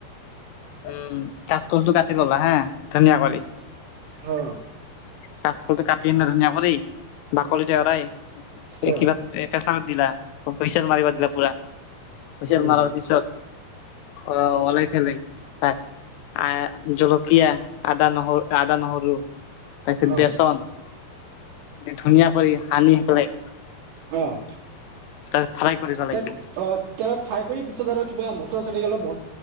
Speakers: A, on the left; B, on the right.
A: উম কচকলছটো কাটি ললা হা ধুনীয়া কৰি।
B: অ।
A: কাচকল কাটি এনে ধুনীয়া কৰি বাকলিটো এৰাই
B: অ
A: কিবা। এ প্ৰেচাৰত দিলা, হুইচেল মাৰিব দিলা পুৰা, হুইচেল
B: অ
A: মাৰাৰ পিছত। অ' ওলাই ফেলে তাক। আ জলকীয়া আদা নহৰু আদা নহৰু তাৰপিছত
B: অ
A: বেচন দি ধুনীয়া কৰি সানি পেলাই।
B: অ'
A: তাত ফ্ৰাই কৰিব লাগিব।
B: তাত অ' তেলত ফ্ৰাই কৰি পিছত আৰু কিবা মচ। <unintelligible>